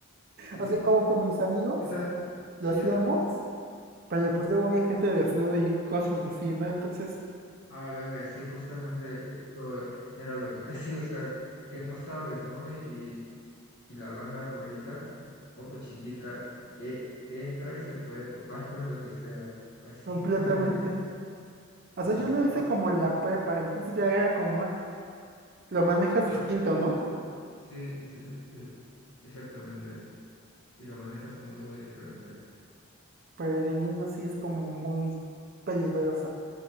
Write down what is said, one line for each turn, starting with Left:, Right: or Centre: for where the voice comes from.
Left: ¿Y,
Right: o sea,
Left: y
Right: como con mis amigos,
Left: qué tal?
Right: lo
Left: ¿Chida?
Right: hacíamos, Pero pues luego había gente desnuda y cosas así, ¿no? Entonces,
Left: Ah, venga, sí, justamente eso era lo que, <laughs> sí, o sea, que no sabes, ¿no? Y, y la banda morrita o, o chiquita eh, entra y se puede topar con lo que sea, así,
Right: completamente.
Left: <laughs> con lo que sea.
Right: O
Left: Y
Right: sea,
Left: dices,
Right: yo lo hice
Left: oh,
Right: como en la prepa, entonces ya era como, ah, lo manejas
Left: ah,
Right: distinto,
Left: ¿ya?
Right: ¿no?
Left: sí, es- es- es- exactamente. Y lo manejas muy, muy diferente.
Right: Pero de niño sí es como muy peligroso.